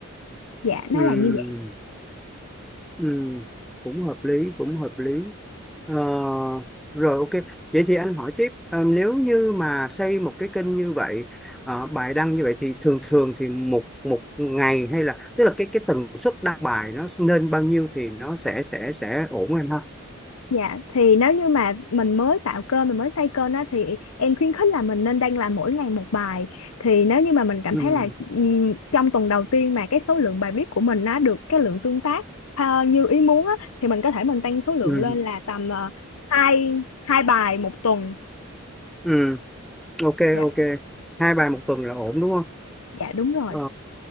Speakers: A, on the left; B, in the centre.
A: dạ nó
B: ừ ừ
A: là như
B: ừ, cũng hợp lý cũng hợp lý Ờ, rồi ok. Vậy thì anh hỏi tiếp, ờ, nếu như mà xây một cái kênh như vậy, ờ, bài đăng như vậy thì thường thường thì một một ngày hay là tức là cái cái tần suất đăng bài nó nên bao nhiêu thì nó sẽ sẽ sẽ ổn em ha.
A: Dạ thì nếu như mà mình mới tạo kênh mình mới xây kênh á thì em khuyến khích là mình nên đăng làm mỗi ngày một bài thì nếu như mà mình cảm
B: Ừ,
A: thấy là ừm, trong tuần đầu tiên mà cái số lượng bài viết của mình nó được cái lượng tương tác ờ, như ý muốn á thì mình có thể mình tăng số lượng
B: ừ,
A: lên là tầm ờ, hai hai bài một tuần
B: ừ, ok
A: dạ
B: ok. Hai bài một tuần là ổn đúng không?
A: dạ đúng rồi
B: Ờ,